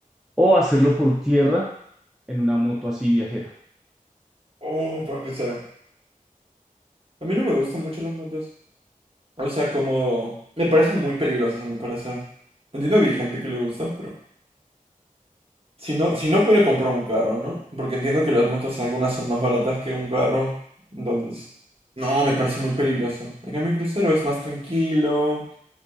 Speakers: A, in the centre; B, on the right (about 40°).
A: o hacerlo por tierra en una moto así viajera.
B: Oh, por cruzar. A mí no me gustan mucho las motos. O sea, como... Me parecen muy peligrosas a mi parecer. Entiendo que hay gente que le gustan, pero... Si no, si no pudiera comprar un carro, ¿no? Porque entiendo que las motos algunas son más baratas que un carro. Entonces... No, me parece muy peligroso. En cambio, un crucero es más tranquilo.